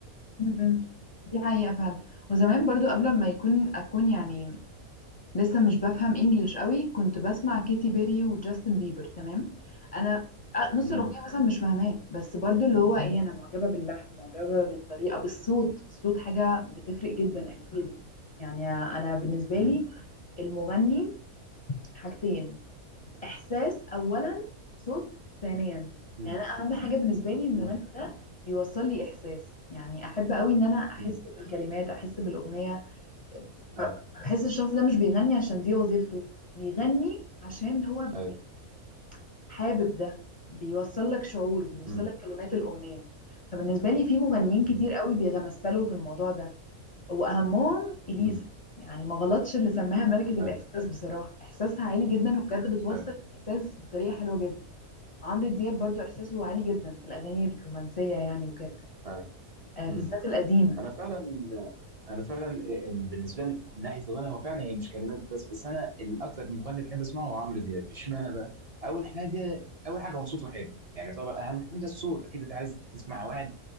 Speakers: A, on the left; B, on the right.
A: مم. دي حقيقه فعلا وزمان برضو قبل ما يكون اكون يعني لسه مش بفهم انجليش قوي كنت بسمع كيتي بيري وجاستن بيبر تمام انا أ- نص
B: امم
A: الاغنيه مثلا مش فاهماه بس برضو اللي هو ايه انا معجبه باللحن معجبه بالطريقه بالصوت الصوت حاجه بتفرق جدا
B: امم
A: اكيد يعني انا بالنسبه
B: امم
A: لي المغني حاجتين احساس اولا صوت ثانيا
B: امم
A: يعني انا اهم حاجه بالنسبه لي المغني
B: امم
A: ده بيوصل لي احساس يعني احب قوي ان انا احس
B: امم
A: بالكلمات احس بالاغنيه
B: ايوه
A: ب- بحس الشخص ده مش بيغني عشان دي وظيفته بيغني عشان هو ب-
B: ايوه
A: يعني حابب ده بيوصل لك شعور بيوصل
B: امم
A: لك كلمات الاغنيه فبالنسبه لي في مغنيين كتير
B: امم
A: قوي بيتمثلوا في الموضوع ده واهمهم اليسا
B: امم
A: يعني ما غلطش اللي سماها ملكة الاحساس
B: ايوه
A: بصراحة احساسها عالي جدا وبجد بتوصل
B: أيوه،
A: الاحساس بطريقة حلوة جدا عمرو دياب برضو احساسه عالي جدا في الاغاني الرومانسية يعني وكده
B: أيوه،
A: آه
B: إمم.
A: بالذات القديمة
B: أنا فعلًا أنا فعلًا آآ بالنسبة لي من ناحية الغنا هو فعلًا هي مش كلمات بس، بس أنا الأكتر مغني باحب أسمعه هو عمرو دياب، إشمعنى بقى؟ أول حاجة أول حاجة هو صوته حلو، يعني طبعًا أهم حاجة الصوت، أكيد أنت عايز تسمع واحد